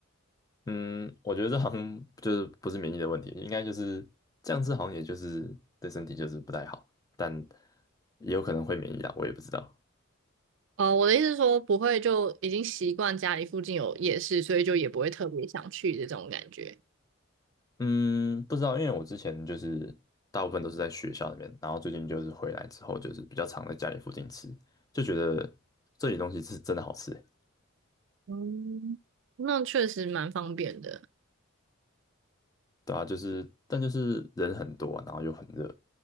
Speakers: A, on the left; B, on the right.
A: 嗯，我觉得这好像就是不是免疫的问题，应该就是这样吃，好像也就是对身体就是不太好，但也有可能会免疫啦，我也不知道。
B: 哦，我的意思是说，不会就已经习惯家里附近有夜市，所以就也不会特别想去的这种感觉。
A: 嗯，不知道，因为我之前就是大部分都是在学校里面，然后最近就是回来之后，就是比较常在家里附近吃，就觉得这里东西是真的好吃。
B: 嗯，那确实蛮方便的，
A: 对啊，就是但就是人很多啊然后又很热，